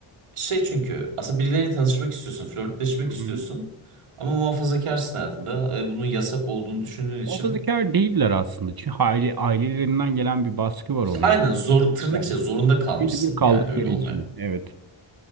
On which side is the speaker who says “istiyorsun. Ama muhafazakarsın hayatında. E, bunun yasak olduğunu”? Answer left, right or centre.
Right